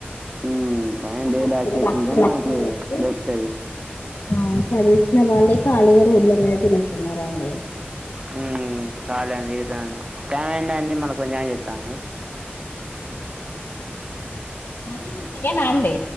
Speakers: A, on the right; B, on the left.
A: ఉమ్, పైన
B: ఒకొక్కలు
A: దేవుడు దాచిపెట్టింటే
B: లక్షలు లక్షలు
A: మనకు
B: పెట్టి
A: దొరుకుతుంది
B: ఆ చదివిచ్ న్న వాళ్ళే ఖాళీగారు రోడ్ల మీద దిరుగుతున్నారండి
A: హు కాలిగానే తిరుగుతాళ్లు టైమయిండండి మళ్ళ కొంచెం అయినంకా చెత్త అండి
B: మళ్ళి నిను చెయ్యన అండి